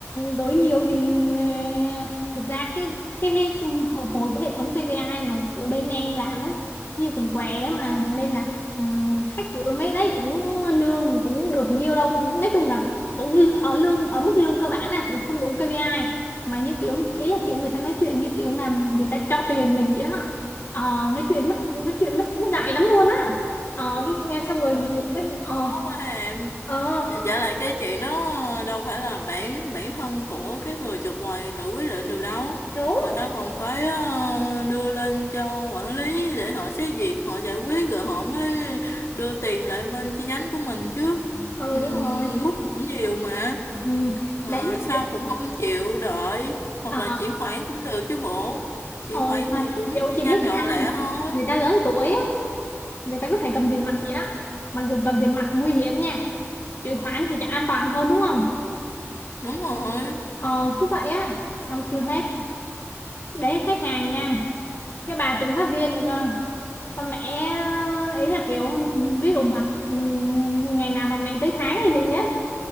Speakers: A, on the left; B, on the left.
A: đổi nhiều thì ờ, thực ra cái cái hệ- hồi hồi cái hệ thống KPI mà của bên em làm á như còn què á, mà nên là ờ, khách gửi mấy đấy cũng lương cũng được nhiều đâu cũng nói chung là cũng lư- ở lương ở mức lương cơ bản là cũng không đủ KPI mà như kiểu ý là kiểu người ta nói chuyện như kiểu làm người ta cho tiền mình vậy đó Ờ, nói chuyện mất nói chuyện mất mất dạy lắm luôn á ờ cái nghe xong
B: Ủa
A: rồi nhiều
B: gì
A: cái
B: cũng khó
A: ờ
B: quá em
A: ờ
B: Dạ lại cái chuyện đó đâu phải là bản bản thân của cái người chụp quầy tự quyết định được đâu
A: đúng
B: Người ta còn phải ờ, đưa lên cho quản lý để họ xét duyệt họ giải quyết rồi họ mới đưa tiền lại bên chi nhánh của mình chứ
A: ừ
B: Ừm,
A: đúng rồi
B: rút cũng nhiều mà
A: ừ.
B: Ờ,
A: đấy
B: sao
A: chị-
B: cũng không chịu đợi hoặc
A: ờ
B: là chuyển khoản cũng được chứ bộ chuyển
A: ừ,
B: khoản
A: mà
B: thì cũng
A: kiểu chị
B: nhanh
A: biết
B: gọn
A: sao
B: lẹ
A: không?
B: thôi
A: người ta lớn tuổi á người ta cứ phải cầm tiền mặt vậy đó mặc dù cầm tiền mặt nguy hiểm nha chuyển khoản thì chả an toàn hơn đúng không
B: đúng rồi <laughs>
A: ờ cứ vậy á xong chưa hết đấy khách hàng nha cái bà kiểm sát viên được cơ con mẹ ờ, ý là kiểu ví dụ mà ừm, ngày nào mà mày tới tháng hay gì á